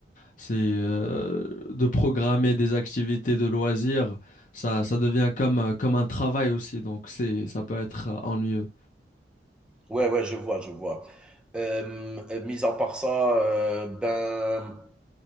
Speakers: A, on the left; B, in the centre.
A: c'est euh, de programmer des activités de loisirs, ça, ça devient comme, euh, comme un travail aussi, donc c'est, ça peut être euh, ennuyeux.
B: Ouais, ouais, je vois, je vois. Hem, heu, mis à part ça, heu, ben